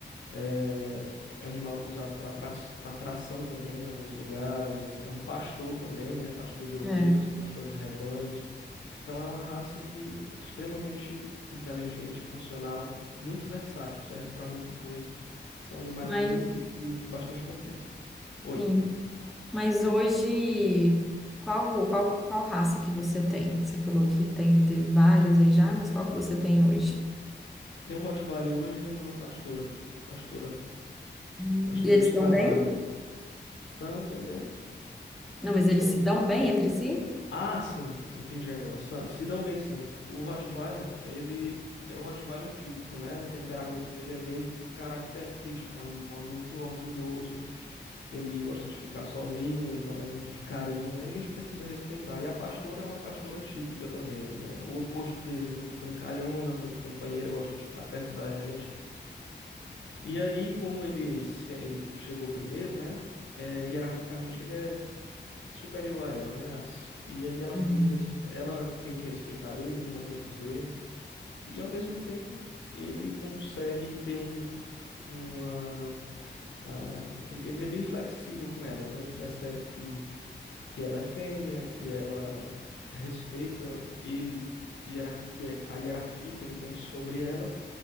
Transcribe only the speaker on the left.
é animal usado para tra para tração também em alguns lugares, é um pastor também, né? Pastor de ovelhas,
pastor de rebanhos. Então é uma raça que é extremamente inteligente, funcional, muito versátil, serve para muita coisa. São animais
muito de, mu- de bastante confiança. Oi,
tem um Rottweiler hoje e uma pastora, pastora,
pastora
de
trabalho.
Então, tão bem,
são
bem.
Ah, sim, entendi agora. São- se dão bem, sim. O Rottweiler, ele é o Rottweiler típico, né? O temperamento dele é bem característico, é um animal muito orgulhoso Ele gosta de ficar sozinho, ele não é muito de carinho, né? E a gente precisa respeitar. E a pastora é uma pastora típica também, é o oposto dele, muito brincalhona, muito companheira, gosta de estar perto da gente. E aí, como ele, se- ele chegou primeiro, né? É, hierarquicamente ele é superior a ela, né? As- e aí ela,
ele, res- ela tem que respeitar ele, os momentos dele. E ao mesmo tempo, ele consegue ter um, uma, a- ele ele é bem flexível com ela, né? Ele percebe que que ela é fêmea, que ela respeita ele, hierarquia, a hierarquia que ele tem sobre ela,